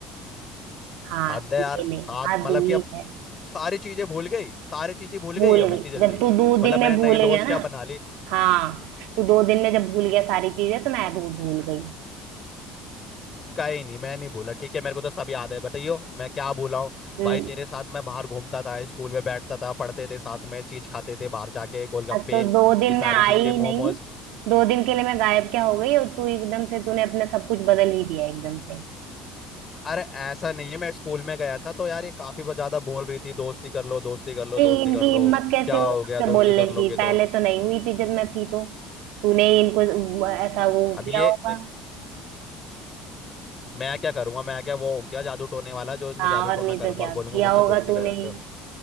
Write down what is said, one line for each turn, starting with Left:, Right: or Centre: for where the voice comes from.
Right: हाँ
Left: हद है
Right: ये
Left: यार साथ
Right: ले हाँ
Left: मतलब
Right: दी
Left: कि अब
Right: है
Left: सारी चीजें भूल गई सारी चीजें भूल
Right: भूल
Left: गई अब
Right: गई
Left: इतनी जल्दी
Right: जब तू दो
Left: मतलब
Right: दिन में
Left: मैंने
Right: भूल
Left: नई दोस्त
Right: गया ना
Left: क्या बना ली
Right: हाँ तू दो दिन में जब भूल गया सारी चीजें तो मैं भी भूल गई
Left: कहीं नहीं मैं नहीं भूला ठीक है मेरे को तो सब याद है बताइयो मैं क्या भूला हूँ
Right: हम्म,
Left: भाई तेरे साथ मैं बाहर घूमता था स्कूल में बैठता था पढ़ते थे साथ में चीज खाते थे बाहर जाके गोलगप्पे
Right: अब तो दो दिन
Left: ये सारी
Right: में आई
Left: चीजें
Right: ही
Left: मोमोज
Right: नहीं दो दिन के लिए मैं गायब क्या हो गई और तू एकदम से तूने अपना सब कुछ बदल ही दिया एकदम से
Left: अरे ऐसा नहीं है मैं स्कूल में गया था तो यार ये काफी ब- ज्यादा बोल रही थी दोस्ती कर लो दोस्ती कर लो
Right: नहीं
Left: दोस्ती
Right: इनकी
Left: कर लो
Right: हिम्मत कैसे
Left: क्या
Right: हुई
Left: हो
Right: तुझसे
Left: गया
Right: बोलने
Left: दोस्ती कर लो
Right: की
Left: के तो
Right: पहले तो नहीं हुई थी जब मैं थी तो तूने ही इनको वो- ऐसा वो
Left: अब
Right: किया
Left: ये
Right: होगा
Left: मैं क्या करूंगा मैं क्या वो हूँ क्या जादू टोने वाला जो इनको
Right: हाँ
Left: जादू
Right: और
Left: टोना
Right: नहीं
Left: करूंगा
Right: तो क्या
Left: और बोलूंगा
Right: किया
Left: मुझसे
Right: होगा
Left: दोस्ती
Right: तूने
Left: कर लो
Right: ही